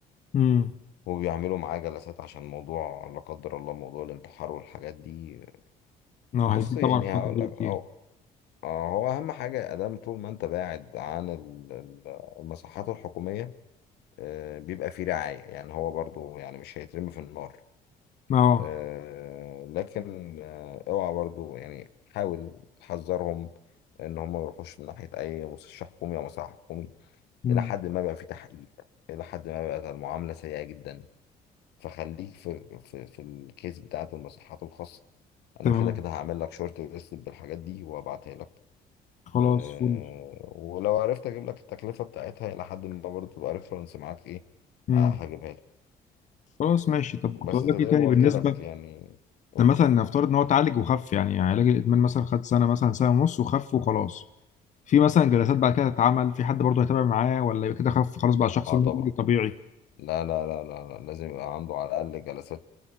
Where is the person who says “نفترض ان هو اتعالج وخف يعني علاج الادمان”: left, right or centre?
Left